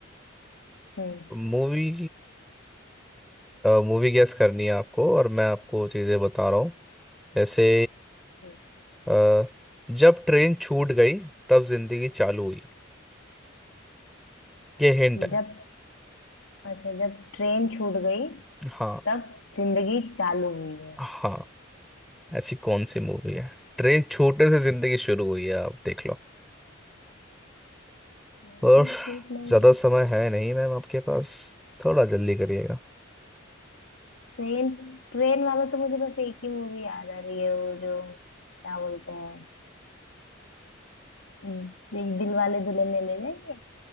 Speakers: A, on the left; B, in the centre.
A: हम्म
B: मूवी मूवी गेस करनी है आपको और मैं आपको चीज़ें बता रहा हूँ जैसे
A: ठीक
B: अ, जब ट्रेन छूट गई तब जिंदगी चालू हुई ये हिंट
A: है।
B: है
A: जब अच्छा जब ट्रेन छूट गई
B: हाँ
A: तब जिंदगी चालू हुई है
B: हाँ ऐसी कौन सी मूवी है ट्रेन छूटने से जिंदगी शुरू हुई है आप देख लो।
A: ट्रेन
B: और
A: छूटने
B: ज़्यादा
A: में
B: समय है नहीं मैम आपके पास थोड़ा जल्दी करिएगा
A: ट्रेन ट्रेन वाला तो मुझे बस एक ही मूवी याद आ रही है वो जो क्या बोलते हैं हम्म, ये दिल वाले दुल्हनिया ले जाएंगे